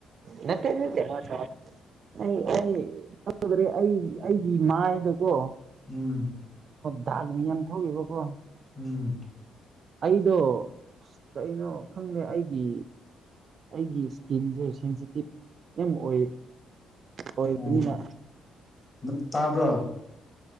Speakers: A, on the right (about 55°); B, on the left (about 35°).
A: ꯅꯠꯇꯦ ꯅꯠꯇꯦ ꯑꯩ ꯑꯩ ꯆꯠꯗ꯭ꯔꯦ ꯑꯩ ꯑꯩꯒꯤ ꯃꯥꯏꯗꯀꯣ
B: ꯎꯝ
A: ꯇꯥꯛ ꯃꯤ ꯌꯥꯝ ꯊꯣꯛꯑꯦꯕꯀꯣ
B: ꯎꯝ
A: ꯑꯩꯗꯣ ꯀꯩꯅꯣ ꯈꯪꯗꯦ ꯑꯩꯒꯤ ꯑꯩꯒꯤ ꯏꯁꯀꯤꯟꯖꯦ ꯁꯦꯟꯁꯤꯇꯤꯞ ꯌꯥꯝ ꯑꯣꯏ ꯑꯣꯏꯕꯅꯤꯅ
B: ꯎꯝ ꯅ ꯇꯕ꯭ꯔ